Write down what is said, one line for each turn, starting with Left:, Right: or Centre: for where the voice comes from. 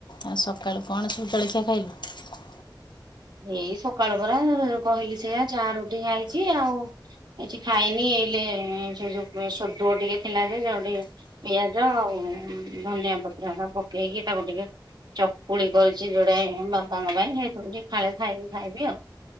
Left: ଆଉ ସକାଳୁ କଣସିବୁ ଜଳଖିଆ ଖାଇଲ।
Right: ଏଇ ସକାଳ ପରା କହିଲି ସେଇଆ ଚା ରୁଟି ଖାଇଛି ଆଉ କିଛି ଖାଇନି। ଏଲେ ସେ ଯୋଉ ସଦୁଅ ଟିକେ ଥିଲା ଯ ଉ ପିଆଜ ଆଉ ଧନିଆ ପତ୍ରଆଣ ପକେଇକି ତାକୁ ଟିକେ ଚକୁଳି କରିଛି ଯୋଡେ ବାପାଙ୍କ ପାଇଁ ହେଉଥିରୁ ଟିକେ। ଫାଳେ ଖାଇବି ଖାଇବି